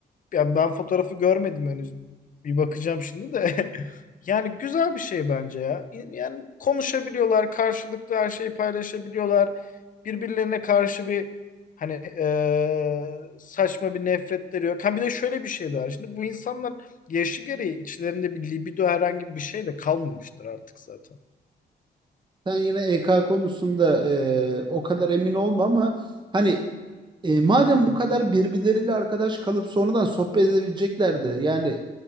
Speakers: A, on the left (about 50°); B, on the right (about 25°).
A: ya ben fotoğrafı görmedim henüz. Bir bakacağım şimdi de. <laughs> Yani güzel bir şey bence ya. Yani konuşabiliyorlar, karşılıklı her şeyi paylaşabiliyorlar. Birbirlerine karşı bir hani eee, saçma bir nefretleri yok. Ha bir de şöyle bir şey daha. Şimdi bu insanlar yaşı gereği içlerinde bir libido herhangi bir şey de kalmamıştır artık zaten.
B: Sen yine EK konusunda e, o kadar emin olma ama hani E, madem bu kadar birbirleriyle arkadaş kalıp sonradan sohbet edebileceklerdi. Yani